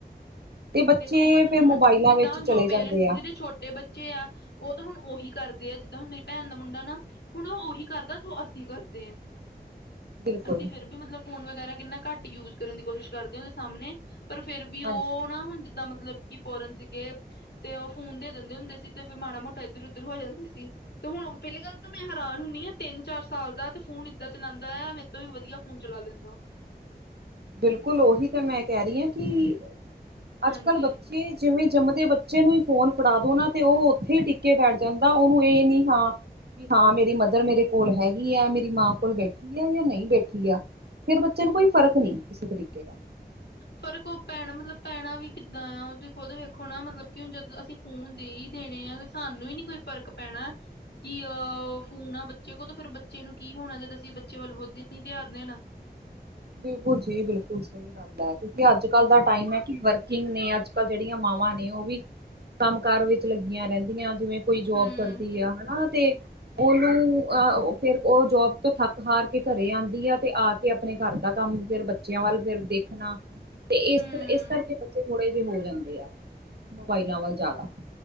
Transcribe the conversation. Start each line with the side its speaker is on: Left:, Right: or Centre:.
Right: ਤੇ ਬੱਚੇ
Left: ਦੇਖੋ ਹੁਣ
Right: ਫਿਰ ਮੋਬਾਇਲਾਂ
Left: ਜਿੱਦਾਂ
Right: ਵਿੱਚ
Left: ਹੁਣ
Right: ਚਲੇ
Left: ਜੋ
Right: ਜਾਂਦੇ
Left: ਪੇਰੈਂਟਸ
Right: ਆ
Left: ਜਿਦੇ ਛੋਟੇ ਬੱਚੇ ਬੱਚੇ ਆ ਓ ਤਾਂ ਹੁਣ ਉਹੀ ਕਰਦੇ ਆ ਜਿੱਦਾਂ ਹੁਣ ਮੇਰੀ ਭੈਣ ਦਾ ਮੁੰਡਾ ਨਾ ਹੁਣ ਓ ਉਹੀ ਕਰਦਾ ਜੋ ਅਸੀਂ ਕਰਦੇ ਆਂ।
Right: ਬਿਲਕੁਲ
Left: ਅਸੀਂ ਫੇਰ ਵੀ ਮਤਲਬ ਫੋਨ ਵਗੈਰਾ ਕਿੰਨਾ ਘੱਟ ਯੂਜ ਕਰਨ ਦੀ ਕੋਸ਼ਿਸ਼ ਕਰਦੇ ਆਂ। ਓਦੇ ਸਾਮਣੇ ਪਰ ਫੇਰ ਵੀ
Right: ਹਾਂਜੀ
Left: ਓ ਨਾ ਹੁਣ ਜਿੱਦਾਂ ਮਤਲਬ ਕਿ ਫੋਰਨ ਸੀਗੇ ਤੇ ਓ ਫੋਨ ਦੇ ਦਿੰਦੇ ਹੁੰਦੇ ਸੀ ਤੇ ਫਿਰ ਮਾੜਾ ਮੋਟਾ ਇੱਧਰ ਉੱਧਰ ਹੋ ਜਾਂਦੇ ਸੀ। ਤੇ ਹੁਣ ਪੈਲੀ ਗੱਲ ਤਾਂ ਮੈਂ ਹੈਰਾਨ ਹੁੰਦੀ ਆਂ ਤਿੰਨ-ਚਾਰ ਸਾਲ ਦਾ ਤੇ ਫੋਨ ਏਦਾਂ ਚਲਾਂਦਾ ਐ। ਮੇ ਤੋਂ ਵੀ ਵਧੀਆ ਫੋਨ ਚਲਾ ਲੈਂਦਾ।
Right: ਬਿਲਕੁਲ ਓਹੀ ਤਾ ਮੈਂ ਕੈ ਰੀ ਆਂ ਕਿ ਅੱਜ-ਕੱਲ
Left: ਹਾਂਜੀ
Right: ਬੱਚ ਏ ਜਿਵੇਂ ਜੰਮਦੇ ਬੱਚੇ ਨੂੰ ਈ ਫੋਨ ਫੜਾ ਦੋ ਨਾ ਤੇ ਓ ਓਥੇ ਈ ਟਿੱਕਕੇ ਬੈਠ ਜਾਂਦਾ ਉਨੂੰ ਏ ਨੀ ਹਾਂ ਕਿ ਕਿ ਹਾਂ ਮੇਰੀ ਮਦਰ ਮੇਰੇ ਕੋਲ ਹੈਗੀ ਐ ਮੇਰੀ ਮਾਂ ਕੋਲ ਬੈਠੀ ਆ ਜਾਂ ਨਈ ਬੈਠੀ ਆ। ਫਿਰ ਬੱਚੇ ਨੂੰ ਕੋਈ ਫ਼ਰਕ ਨਈ ਕਿਸੇ ਤਰੀਕੇ ਦਾ।
Left: ਫਰਕ ਓ ਪੈਣਾ ਮਤਲਬ ਪੈਣਾ ਵੀ ਕਿੱਦਾਂ ਆ ਤੁਹੀ ਖੁਦ ਵੇਖੋ ਨਾ ਮਤਲਬ ਕਿ ਹੁਣ ਜਦੋਂ ਅਸੀਂ ਫੋਨ ਦੇ ਈ ਦੇਣੇ ਆ ਸਾਨੂੰ ਈ ਨੀ ਕੋਈ ਫ਼ਰਕ ਪੈਣਾ ਕਿ ਓ ਫੂਨ ਆ ਬੱਚੇ ਕੋਲ ਤਾਂ ਫੇਰ ਬੱਚੇ ਨੂੰ ਕੀ ਹੋਣਾ ਜਦ ਅਸੀਂ ਬੱਚੇ ਵੱਲ ਖੁਦ ਹੀ ਨੀ ਧਿਆਨ ਦੇਣਾ।
Right: ਬਿਲਕੁਲ ਜੀ ਬਿਲਕੁਲ ਸਈ। ਜਾਂਦਾ ਕਿਉਂਕਿ ਅੱਜ-ਕੱਲ ਦਾ ਟਾਈਮ ਐ ਕਿ ਵਰਕਿੰਗ ਨੇ ਅੱਜ-ਕਲ ਜਿਹੜੀਆਂ ਮਾਵਾਂ ਨੇ ਓ ਵੀ ਕੰਮ ਕਾਰ ਵਿਚ ਲੱਗੀਆਂ ਰੈਂਦੀਆਂ ਜਿਵੇਂ ਕੋਈ ਜੋਬ
Left: ਹੂੰ
Right: ਕਰਦੀ ਆ ਹਨਾ ਤੇ ਉਨੂੰ ਅਹ ਫੇਰ ਓ ਜੋਬ ਤੋਂ ਥੱਕ ਹਾਰ ਕੇ ਘਰੇ ਆਂਦੀ ਆ ਤੇ ਆ ਕੇ ਆਪਣੇ ਘਰ ਦਾ ਕੰਮ ਫੇਰ ਬੱਚਿਆਂ ਵੱਲ ਫੇਰ ਦੇਖਣਾ। ਤੇ ਇਸ-ਇਸ
Left: ਹੂੰ
Right: ਕਰਕੇ ਬੱਚੇ ਥੋੜੇ ਜੇ ਹੋ ਜਾਂਦੇ ਆ ਮੋਬਾਈਲਾਂ ਵੱਲ ਜ਼ਿਆਦਾ